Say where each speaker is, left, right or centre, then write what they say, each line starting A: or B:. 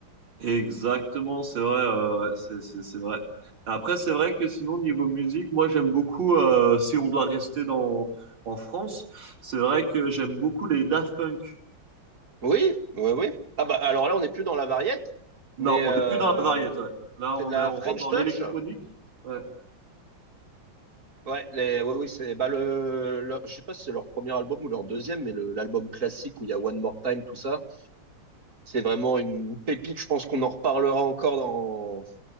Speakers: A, on the right; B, on the right.
A: Exactement, c'est vrai, euh, ouais, ouais, c'est c'est- c'est vrai. Après, c'est vrai que sinon, niveau musique, moi j'aime beaucoup, euh, si on doit rester dans, en France, c'est vrai que j'aime beaucoup les Daft Punk.
B: Oui, oui, oui. Ah bah alors là, on n'est plus dans la variette,
A: Non,
B: mais
A: on
B: euh,
A: n'est plus dans la variété, ouais. Là,
B: c'est
A: on
B: de la
A: est, on
B: French
A: rentre dans
B: touch.
A: l'électronique. Ouais.
B: Ouais, les, ouais, oui, c'est, bah le, le- je sais pas si c'est leur premier album ou leur deuxième, mais le- l'album classique où il y a One More Time, tout ça, c'est vraiment une pépite. Je pense qu'on en reparlera encore dans,